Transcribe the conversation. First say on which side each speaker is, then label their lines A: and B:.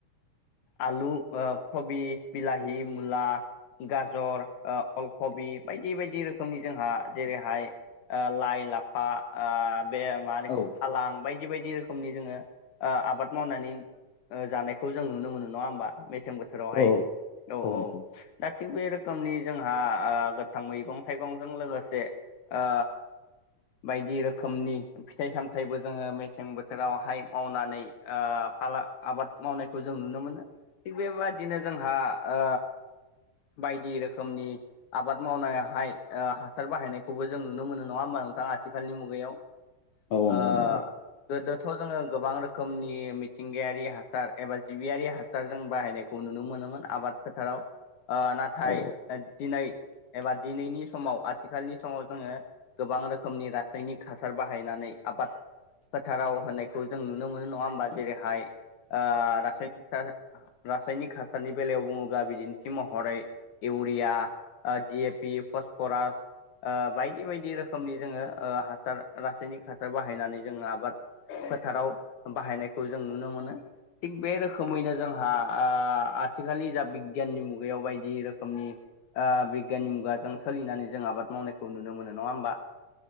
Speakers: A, on the left (about 80°); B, on the left (about 70°).
A: आलु ओ कबि, बिलााहि, मुला गाज'र ओ अलखबि बायदि -बायदि रोखोमनि जोंहा जेरैहाय ओ लाइ- लाफा ओ बे मा होनो बेखौ
B: औ
A: फालां बायदि- बायदि रोखोमनि जोङो ओ आबाद मावनानै ओ जानायखौ जों नुनो मोनो नङा होनबा मेसें बोथोरावहाय।
B: औ
A: औ-
B: नोंथां
A: औ, दा थिग बे रोखोमनि जोंहा ओ गोथां मैगं- थाइगंजों लोगोसे ओ बायदि रोखोमनि फिथाइ -सामथायाइबो जोङो मेसें बोथोरावहाय मावनानै ओ फाला- आबाद मावनायखौ जों नुनो मोनो। थिग बेबादिनो जोंहा ओ बायदि रोखोमनि आबाद मावनाय हाय, ओ हासार बाहायनायखौबो जों नुनो मोनो नङा होमबा? <unintelligible> नोंथां आथिखालनि मुगायाव।
B: औ
A: ओ
B: नोंथां औ
A: गोदोथ' जोङो गोबां रोखोम रोखोमनि मिथिंगायारि हासार एबा जिबियारि हासारजों बाहायनायखौ नुनो मोनोमोन आबाद फोथाराव‌। ओ नाथाय
B: औ औ नोंथां औ नोंथां
A: दिनै एबा दिनैनि समाव आथिखालनि समाव जोङो गोबां रोखोमनि रासायनिक हासार बाहायनानै आबाद फोथाराव होनायखौ जों नुनो मोनो नङा होमबा? जेरैहाय ओ <unintelligible> रासायनिक हासारनि बेलायाव बुङोब्ला बिदिन्थि महरै <unintelligible> बरिया ओ दि एफ पि फसफरास ओ बायदि बायदि रोखोमनि जोङो ओ हासार रासायनिक हासार बाहायनानै जोङो आबाद फोथाराव बाहायनायखौ जों नुनो मोनो थिग बे रोखोमैनो जोंहा आ आथिखालनि जा बिगियाननि मुगायाव बायदि रोखोमनि आ बिगियाननि मुगाजों सोलिनानै जों आबाद मावनायखौ नुनो मोनो नङा होमबा?